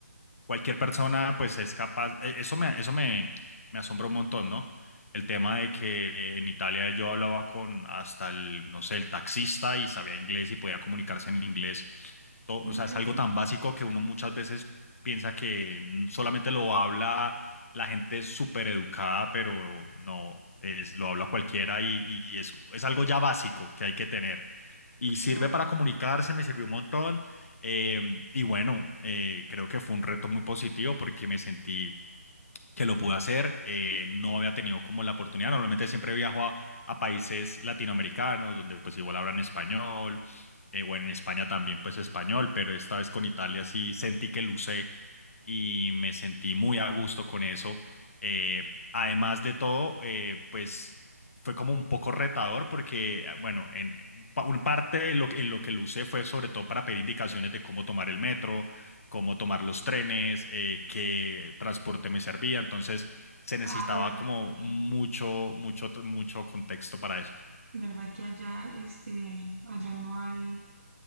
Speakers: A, on the left; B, on the right.
A: cualquier persona pues es capaz, e- eso me, eso me, me asombra un montón, ¿no? El tema de que eh, en Italia yo hablaba con hasta el, no sé, el taxista y sabía inglés y podía comunicarse en inglés. To-
B: <laughs>
A: o sea, es algo tan básico que uno muchas veces piensa que mm, solamente lo habla la gente súper educada, pero no, es, lo habla cualquiera
B: Mm,
A: y, y es, es algo ya básico que hay que tener y sirve
B: claro.
A: para comunicarse, me sirvió un montón. eh, y bueno, eh, creo que fue un reto muy positivo porque me sentí que lo pude hacer. eh, no había tenido como la oportunidad. Normalmente siempre viajo a, a países latinoamericanos donde pues igual hablan español. eh, bueno, en España también pues español, pero esta vez con Italia sí sentí que lucé y me sentí muy a gusto con eso. Eh, además de todo, eh, pues fue como un poco retador porque, ah, bueno, en un pa- un parte de lo, que- en lo que lo usé fue sobre todo para pedir indicaciones de cómo tomar el metro, cómo tomar los trenes, eh, qué transporte me servía. Entonces se necesitaba
B: Ah, verdad
A: como
B: que,
A: mucho, mucho, mucho contexto para eso.
B: verdad que allá, este, allá no hay,